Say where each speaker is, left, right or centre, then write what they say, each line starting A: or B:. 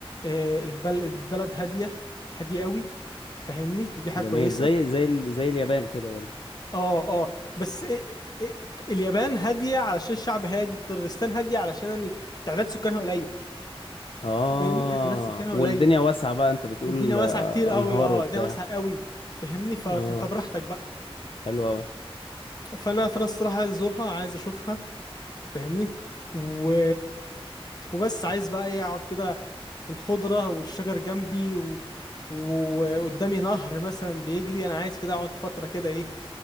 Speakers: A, on the left; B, on the left.
A: آه، البل- البلد هادية هادية قوي فاهمني دي حاجة
B: جميل
A: كويسة
B: زي زي ال- زي اليابان كده برضه
A: اه اه بس إيه- إيه- اليابان هادية علشان الشعب هادي قرغيزستان هادية علشان ال- تعداد سكانها قليل
B: اه
A: فاهمني يعني تعداد سكانها
B: والدنيا
A: قليل
B: واسعة بقى انت بتقول
A: والدنيا واسعه
B: آه،
A: كتير قوي
B: انهار
A: اه
B: وبتاع
A: الدنيا واسعه قوي فهمني ف... فانت
B: اه
A: براحتك بقى
B: حلو قوي
A: فانا فانا الصراحه عايز ازورها عايز اشوفها فهمني و... وبس عايز بقى ايه اقعد كده في الخضره والشجر جنبي و... وقدامي نهر مثلا بيجري انا عايز كده اقعد فتره كده ايه